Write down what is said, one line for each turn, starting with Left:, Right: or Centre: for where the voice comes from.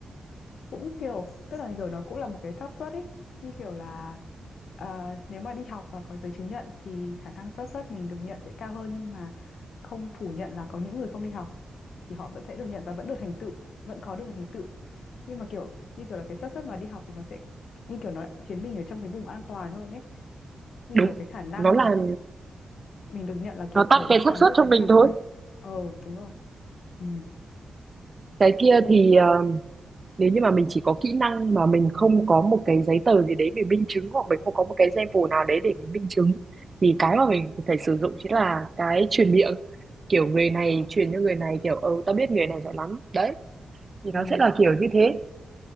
Left: cũng kiểu tức là kiểu nó cũng là một cái xác suất ấy như kiểu là ờ, nếu mà đi học và có giấy chứng nhận thì khả năng xác suất mình được nhận sẽ cao hơn nhưng mà không phủ nhận là có những người không đi học thì họ vẫn sẽ được nhận và vẫn được thành tựu vẫn có được thành tựu nhưng mà kiểu như kiểu là cái xác suất mà đi học thì nó sẽ như kiểu nó khiến mình ở trong cái vùng an toàn hơn ấy như
Right: đúng
Left: kiểu cái khả năng
Right: nó là
Left: là mình được nhận là kiểu
Right: nó tăng
Left: bảy mươi
Right: cái
Left: tám
Right: xác suất
Left: mươi
Right: cho
Left: phần
Right: mình
Left: trăm
Right: thôi
Left: chẳng hạn ờ đúng rồi ừ
Right: cái kia
Left: ok
Right: thì ờ, nếu như mà mình chỉ có kỹ năng mà mình không có một cái giấy tờ gì đấy mình minh chứng hoặc mình không có một cái sample nào đấy để mình minh chứng thì cái mà mình phải sử dụng chính là cái truyền miệng kiểu người này
Left: ờ
Right: truyền cho người này kiểu ừ tao biết người này giỏi lắm đấy thì
Left: ừ
Right: nó sẽ là kiểu như thế